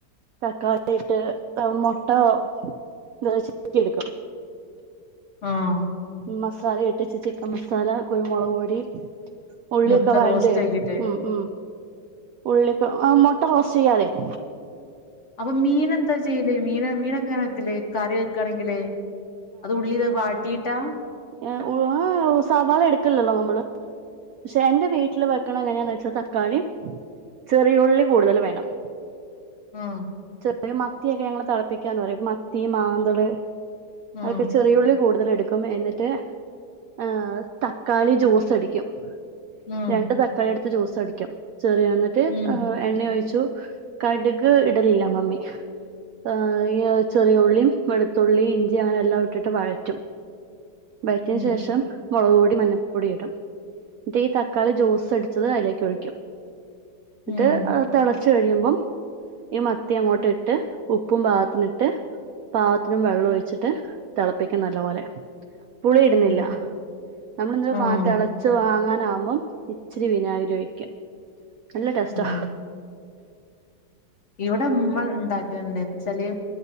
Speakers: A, on the right (about 75°); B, on the left (about 45°).
A: തക്കാളിയിട്ട് മുട്ട ഉപോയോഗിച്ച് ചിക്കി എടുക്കും
B: ആഹ്
A: മസാല ഇട്ടച്ച് ചിക്കൻ മസാല കുരുമുളക് പൊടി ഉള്ളിയൊക്കെ
B: മുട്ട
A: വയണ്ട്
B: റോസ്റ്റ് ആക്കിട്ട്
A: ഉം ഉം ഉള്ളിയൊക്കെ ആഹ് മൊട്ട റോസ്റ്റ് ചെയ്യ പറയും
B: അപ്പൊ മീൻ എന്താ ചെയ്യല് മീൻ മീനൊക്കെ അങ്ങനെ വെക്കല് കറി വെക്ക ക്കണെങ്കില് അത് ഉള്ളിയ്ത് വാട്ടിയിട്ടാ
A: ഏ ഉ സവാള എടുക്കില്ലല്ലോ നമ്മള് പക്ഷെ എന്റെ വീട്ടില് വെക്കണ എങ്ങനെയാന്ന് വെച്ചാൽ തക്കാളി ചെറിയുള്ളി കൂടുതൽ വേണം
B: ആഹ്
A: ചെറിയ മത്തിയൊക്കെ ഞങ്ങള് തളപ്പിക്കാന്ന് പറയും മത്തി മാന്തള്
B: ഉം
A: അതൊക്കെ ചെറിയുള്ളി കൂടുതൽ എടുക്കും ക്കും എന്നിട്ട് ഏഹ് തക്കാളി ജ്യൂസ് അടിക്കും
B: ഉം
A: രണ്ട് തക്കാളി എടുത്ത് ജ്യൂസ അടിക്കും ചെറിയ എന്നിട്ട്
B: ഉം
A: എണ്ണ ഒഴിച്ചു കടുക് ഇടലില്ല മമ്മി ഏ ഈ ചെറിയുള്ളിയും വെളുത്തുള്ളി ഇഞ്ചി അങ്ങനെ എല്ലാം ഇട്ടിട്ട് വഴറ്റും വയറ്റിയ
B: ഉം
A: ശേഷം മുളക് പൊടി മഞ്ഞപ്പൊടി ഇടും എന്നിട്ട് ഈ തക്കാളി ജ്യൂസ് അടിച്ചത് അതിലേക്ക് ഒഴിക്കും എന്നിട്ട്
B: ഉം
A: തിളച്ചു കഴിയുമ്പം ഈ മത്തി അങ്ങോട്ട് ഇട്ട് ഉപ്പും പാഗത്തിനിട്ട് പാഗത്തിനും വെള്ളം ഒഴിച്ചിട്ട് തിളപ്പിക്കും നല്ല പോലെ പുളി ഇടുന്നില്ല
B: ഉം
A: നമ്മള് ഇന്
B: ആഹ്
A: വാ തെളച്ച് വാങ്ങാൻ നാം ഇച്ചിരി വിനാഗിരി ഒഴിക്കാം നല്ല ടേസ്റ്റോ
B: ഉം ഇവിടെ നമ്മൾ ഉണ്ടാക്കുന്നുണ്ട് ന്ന് വെച്ചാല്